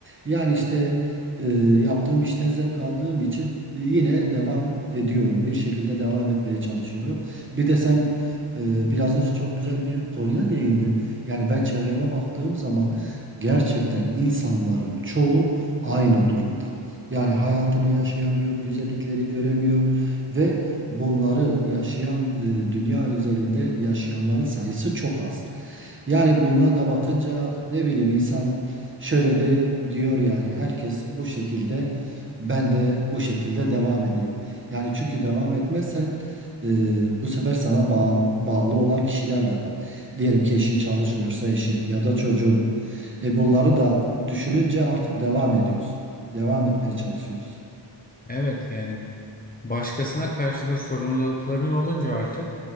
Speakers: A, on the right; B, on the left.
A: Yani işte e, yaptığım işten zevk aldığım için e, yine devam ediyorum. Bir şekilde devam etmeye çalışıyorum. Bir de sen e, biraz önce çok güzel bir konuya değindin. Yani ben çevreme baktığım zaman gerçekten insanların çoğu aynı durumda. Yani hayatını yaşayamıyor, güzellikleri göremiyor ve bunları yaşayan e, dünya üzerinde yaşayanların sayısı çok az. Yani bunlara da bakınca ne bileyim insan şöyle de diyor yani herkes bu şekilde ben de bu şekilde devam edeyim. Yani çünkü devam etmezsen e, bu sefer sana bağ- bağlı olan kişiler de var. Diyelim ki eşin çalışmıyorsa eşin ya da çocuğun. E, bunları da düşününce artık devam ediyorsun. Devam etmeye çalışıyorsun.
B: Evet yani başkasına karşı da sorumlulukların olunca artık